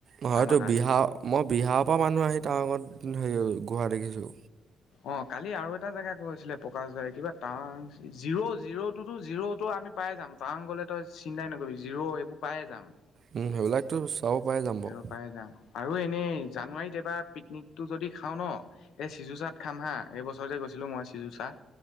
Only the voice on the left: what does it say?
আমাৰ
কাৰণে
অ, কালি আৰু এটা জেগা গৈ আছিলে প্ৰকাশদাৰী কিবা টাউ zero zero two, two zero টো আমি পাই যাম। পাওঁ গ'লে তই চিন্তাই নকৰিবি জিৰ' এইবোৰ পায়ে যাম।
স,
পৰাাই যাম আৰু এনেই জানুৱাৰীত এবাৰ পিকনিক টো যদি খাও, ন, এই চিযুচান ভাত খাম হা এই বছৰতে গৈছিলোঁ মই চিজুচা।